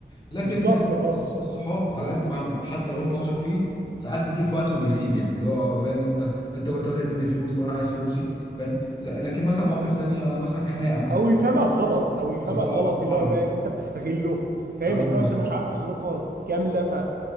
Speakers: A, on the left; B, on the right.
A: لكن
B: بالظبط اه
A: الص-
B: بالظبط
A: الصحاب على قد ما هو- حتى لو انت واثق فيه ساعات بيجي في وقت وبيخيب يعني اللي هو فاهم انت انت كنت واخد مني فلوس طب انا عايز فلوسي فاهم لا- لكن مثلا مواقف تانية مثلا خناقه مثلا
B: او يفهمك غلط او يفهمك
A: بالظبط
B: غلط اللي
A: ايوه
B: هو بقى اللي انت بتستغله فاهم
A: ايوه
B: اللي
A: بالظبط
B: هو انت مش عارف ظروفها كامله ف